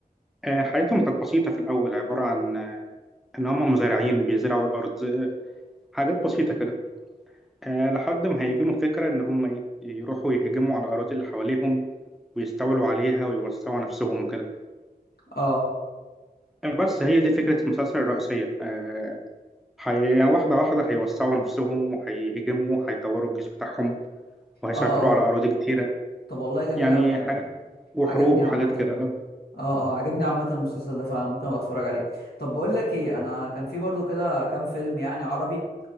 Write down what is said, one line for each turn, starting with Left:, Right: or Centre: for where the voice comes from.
Centre: آه، حياتهم كانت بسيطة في الأول عبارة عن آه، إن هم مزارعين بيزرعوا الأرض حاجات بسيطة كده آه، لحد ما هيجيلهم فكرة إن هم إيه يروحوا يهجموا على الأراضي اللي حواليهم ويستولوا عليها ويوسعوا نفسهم وكده
Left: اه
Centre: آه، بس هي دي فكرة المسلسل الرئيسية آه، حي... يعني واحدة واحدة هيوسعوا نفسهم وهيهجموا وهيطوروا الجيش بتاعهم وهيسيطروا
Left: اه
Centre: على أراضي كتيرة
Left: طب والله جميل
Centre: يعني
Left: قوي يعني
Centre: حاجة وحروب
Left: عجبني عامة
Centre: وحاجات كده آه،
Left: اه اه عجبني عامة المسلسل ده فعلا ممكن ابقى اتفرج عليه طب بقول لك ايه انا كان في برضو كده كام فيلم يعني عربي